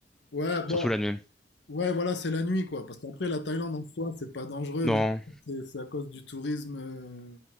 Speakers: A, on the left; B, in the centre.
A: Ouais, bon,
B: Surtout la nuit.
A: ouais, voilà, c'est la nuit, quoi, parce qu'après, la Thaïlande, en soi, c'est pas dangereux,
B: Non.
A: mais c'est c'est à cause du tourisme... euh,